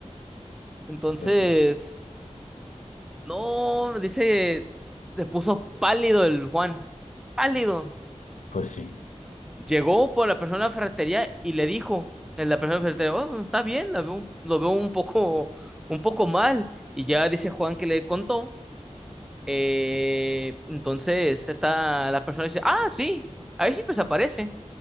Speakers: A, in the centre; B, on the left.
A: Entonces,
B: pues sí,
A: No, dice, se puso pálido el Juan, pálido.
B: pues sí.
A: Llegó por la persona de la ferretería y le dijo, en la persona de la ferretería, oh, pues, está bien, lo veo, un- lo veo un poco, un poco mal. Y ya dice Juan que le contó. eh, entonces está la persona dice, ah, sí, ahí sí pues aparece.